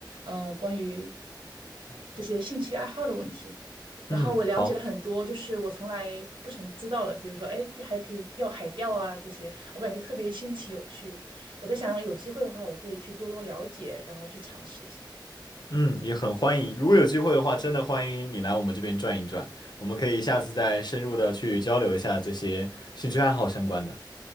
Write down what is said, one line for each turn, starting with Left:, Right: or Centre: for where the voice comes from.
Right: 呃，关于这些兴趣爱好的问题。然后我了解了很多，
Left: 嗯，好，
Right: 就是我从来不曾知道的，比如说，哎，还可以钓海钓啊这些，我感觉特别新奇有趣。我在想，有机会的话，我会去多多了解，然后去尝试一下。
Left: 嗯，也很欢迎，如果有机会的话，真的欢迎你来我们这边转一转，我们可以下次再深入的去交流一下这些兴趣爱好相关的。